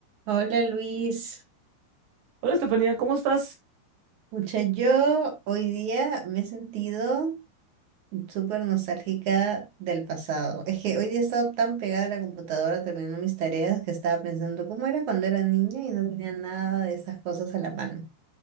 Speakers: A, on the right (about 50°); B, on the right (about 90°).
A: Hola Luis,
B: Hola Estefanía, ¿cómo estás?
A: pucha, yo hoy día me he sentido súper nostálgica del pasado. Es que hoy día he estado tan pegada a la computadora terminando mis tareas que estaba pensando cómo era cuando era niña y no tenía nada de esas cosas a la mano.